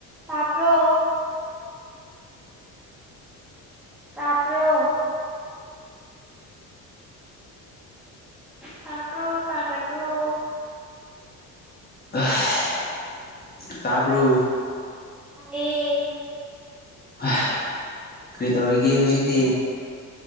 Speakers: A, in the centre; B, on the left.
A: ꯇꯄꯔꯣ ꯇꯄ꯭ꯔꯣ ꯇꯕ꯭ꯔꯣ ꯇꯗꯕꯔꯣ
B: ꯑꯁ ꯇꯥꯕꯔꯣ
A: ꯇꯥꯏꯌꯦ
B: ꯑꯍꯝ ꯀꯔꯤ ꯇꯧꯔꯤꯒꯦ ꯍꯧꯖꯤꯛꯇꯤ